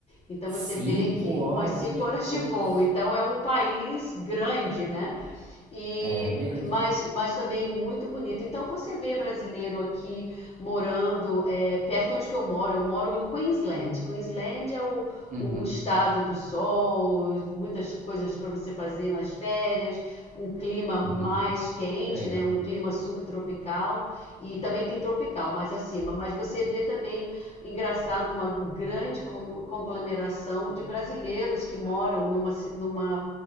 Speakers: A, on the left; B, on the right.
A: Então
B: Cinco
A: você vê que
B: horas,
A: umas cinco
B: meu
A: <laughs> horas
B: Deus.
A: de voo. Então é um país grande, né? e
B: É mesmo?
A: mas, mas também muito bonito Então você vê brasileiro aqui morando é, perto onde que eu moro. Eu moro em Queensland. Queensland é o,
B: Uhum,
A: o, o estado do sol, muitas coisas para você fazer nas férias, um clima
B: <laughs>
A: mais quente,
B: Que legal.
A: né? Um clima subtropical e também tem tropical mais acima. Mas você vê também engraçado uma grande conglomeração de brasileiros que moram numa, numa